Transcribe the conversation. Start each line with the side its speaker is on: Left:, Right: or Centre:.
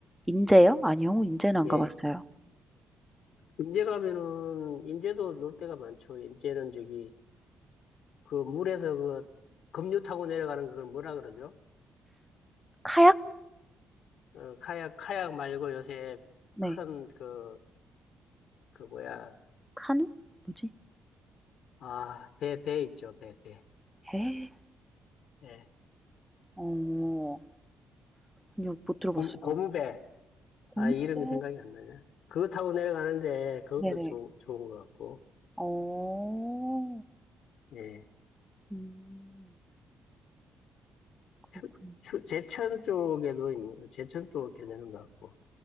Centre: 인제요? 아니요. 인제는 안
Left: 예.
Centre: 가 봤어요.
Left: 인제 가면은, 인제도 놀 데가 많죠. 인제는 저기, 그 물에서 그 급류 타고 내려가는 그걸 뭐라 그러죠?
Centre: 카약?
Left: 어, 카약, 카약 말고 요새
Centre: 네.
Left: 큰 그, 그 뭐야,
Centre: 카누? 뭐지?
Left: 아, 배, 배 있죠. 배, 배.
Centre: 에.
Left: 예.
Centre: 어. 아니요. 못 들어
Left: 고,
Centre: 봤어요.
Left: 고무배.
Centre: 곰배?
Left: 아, 이름이 생각이 안 나냐? 그거 타고 내려가는데 그것도
Centre: 네네.
Left: 좋 좋은 것 같고,
Centre: 어.
Left: 예.
Centre: 음. 그렇군요.
Left: 추, 추, 제천 쪽에도 있는, 제천 쪽 괜찮은 것 같고,